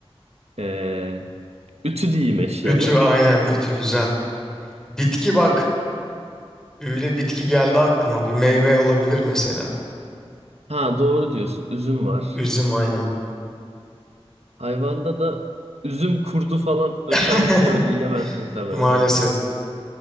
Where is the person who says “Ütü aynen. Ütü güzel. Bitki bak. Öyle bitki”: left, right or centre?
Centre